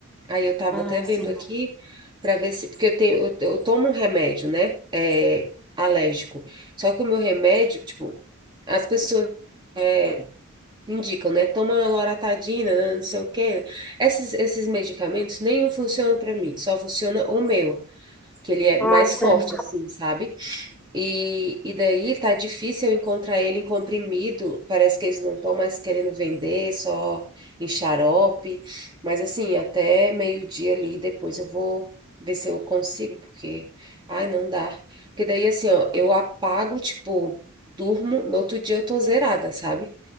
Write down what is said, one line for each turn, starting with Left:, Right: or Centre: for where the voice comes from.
Right: Aí eu tava
Centre: Ah,
Right: até vendo
Centre: sim.
Right: aqui para ver se, porque eu tenho, eu, eu tomo um remédio, né? É, alérgico. Só que o meu remédio, tipo, as pessoas é, indicam, né? Toma loratadina, né, não sei o quê. Esses, esses medicamentos nenhum funciona para mim, só funciona o meu que ele é mais
Centre: Ah, sim.
Right: forte, assim, sabe? E, e daí tá difícil eu encontrar ele em comprimido, parece que eles não estão mais querendo vender, só em xarope, mas assim, até meio-dia ali, depois eu vou ver se eu consigo, porque, ai, não dá. Porque daí, assim, ó, eu apago, tipo, durmo, no outro dia eu tô zerada, sabe?